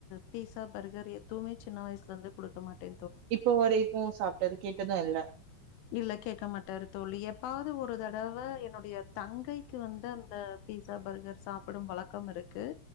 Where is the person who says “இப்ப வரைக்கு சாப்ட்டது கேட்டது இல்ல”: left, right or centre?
Right